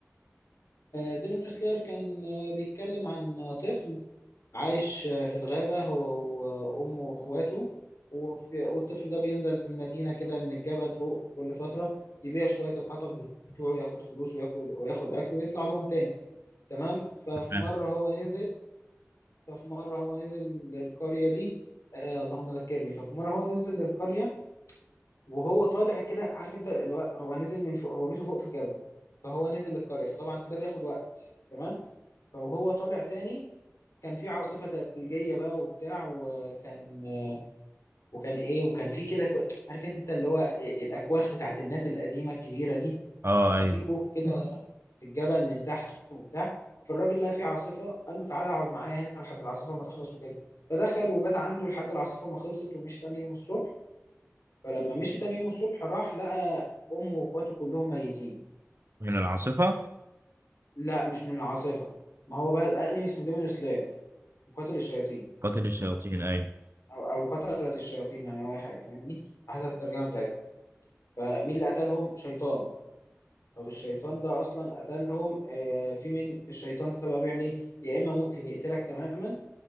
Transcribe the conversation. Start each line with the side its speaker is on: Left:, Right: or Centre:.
Left: ديمون سلاير كان آه، بيتكلم عن طفل عايش في الغابة هو وأمه وأخواته وفي- والطفل ده بينزل المدينة كده من الجبل فوق كل فترة يبيع شوية الحطب بتوعه ياخد فلوس وياخد وياخد أكل ويطلع لهم تاني تمام ففي
Right: <laughs>
Left: مرة هو نزل ففي مرة هو نزل للقرية دي آه اللهم ذكرني ففي مرة هو نزل للقرية وهو طالع كده عارف أنت اللي هو هو نزل من فوق هو بيته فوق في الجبل فهو نزل للقرية فطبعا ده بياخد وقت تمام فهو طالع تاني كان في عاصفة ثلجية بقى وبتاع وكان وكان ايه وكان في كده كو- عارف انت اللي هو الاكواخ بتاعت الناس القديمة الكبيرة دي
Right: اه
Left: كان
Right: اي
Left: في كوخ كده في الجبل من تحت وبتاع فالراجل لقى في عاصفة قال له تعالى اقعد معايا هنا لحد العاصفة ما تخلص وكده فدخل وبات عنده لحد العاصفة ما خلصت ومشي تاني يوم الصبح فلما مشي تاني يوم الصبح راح لقى امه واخواته كلهم ميتين
Right: من العاصفة
Left: لا مش من العاصفة ما هو بقى الانمي اسمه ديمون سلاير مقاتل الشياطين
Right: قاتل الشياطين اي
Left: او او قتلت الشياطين يعني او اي حاجه فاهمني على حسب الترجمه بتاعتها فمين اللي قتلهم شيطان طب الشيطان ده اصلا قتلهم آه في من الشيطان ده بقى بيعمل ايه يا اما ممكن يقتلك تماما